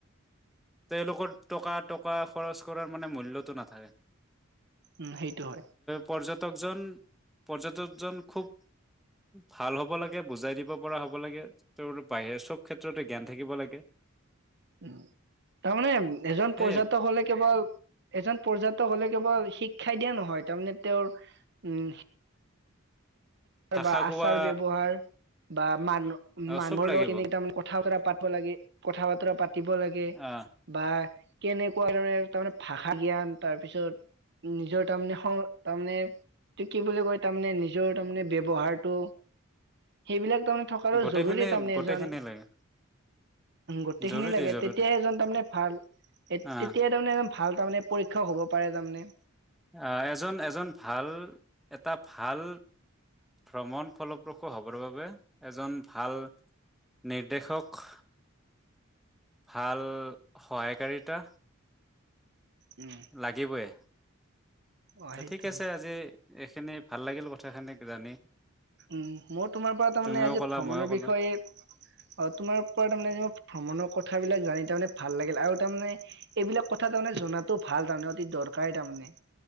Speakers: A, in the centre; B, on the right (about 55°).
A: লোক টকা টকা খৰচ কৰাৰ মানে মূলতটো নাথাকে
B: উম সেইটো হয়
A: পৰ্যটকজন পৰ্যটকজন খুব ভাল হ'ব লাগে বুজাই দিব পৰা হ'ব লাগে তেওঁ বাহি চব ক্ষেত্ৰতে জ্ঞান থাকিব লাগে
B: উম তাৰমানে এজন
A: সেই
B: পৰ্যাটক হলে কেৱল এজন পৰ্যাটক হলে কেৱল শিক্ষাই দিয়া নহয় তাৰমানে তেওঁৰ উম এই
A: ভাষা
B: বা আচাৰ
A: কোৱা
B: ব্যৱ্হাৰ বা মানুহ
A: অ
B: মানুহৰ
A: চব লাগিব
B: লগত কেনে তানে কথা বতৰা পাতি লাগে কথা বতৰা পাতিব লাগে
A: আহ
B: বা কেনেকুৱা দৰে মানে তাৰমানে ভাষা জ্ঞান তাৰ পিছত নিজৰ তাৰমানে সংস্কৃ তাৰমানে এই কি বুলি কয় তাৰমানে নিজৰ তাৰমানে ব্যৱহাতো সেইবিলাক তো থকাৰো
A: গোটেইখিনি
B: জৰুৰী তাৰে
A: গোটেইখিনি
B: এজন
A: লাগে
B: গোটেইখিনি
A: জৰুৰী
B: লাগে
A: জৰুৰী
B: তেতিয়াই এজন তাৰমানে ভাল তেতিয়াই
A: আহ
B: তাৰমানে এজন ভাল তাৰমানে পৰীক্ষাও হ'ব পাৰে তাৰ মানে
A: আহ এজন এজন ভাল এটা ভাল ভ্ৰমণ ফলপ্ৰসূ হ'বৰ বাবে এজন ভাল নিৰ্দেশক ভাল সহায়কাৰিতা
B: উম,
A: লাগিবই
B: অ' সেইটো
A: এ ঠিক আছে
B: হয়।
A: আজি এইখিনি ভাল লাগিল কথা খিনি জানি
B: উম মই তোমাৰ পৰা তাৰ
A: তুমিও
B: মানে আজি
A: ক'লা
B: ভ্ৰমণৰ
A: মইও ক'লো
B: বিষয়ে অ তোমাৰ পৰা তাৰমানে আজি মই ভ্ৰমণৰ কথা কথাবিলাক জানি তাৰমানে ভাল লাগিল আৰু তাৰমানে এইবিলাক কথা তাৰমানে জনাতো ভাল তাৰমানে অতি দৰকাৰেই তাৰমানে